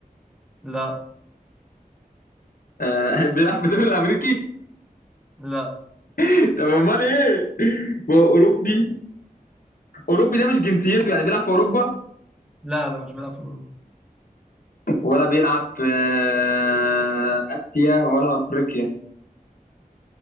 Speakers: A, in the centre; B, on the left.
A: لا
B: آه <laughs> بيلعب في الدوري الامريكي
A: لا
B: <laughs> طب امال ايه ما هو اوروبي اوروبي ده مش جنسيته يعني بيلعب في اوروبا
A: لا لا مش بيلعب في أوروبا
B: ولا بيلعب في آه، اسيا ولا افريقيا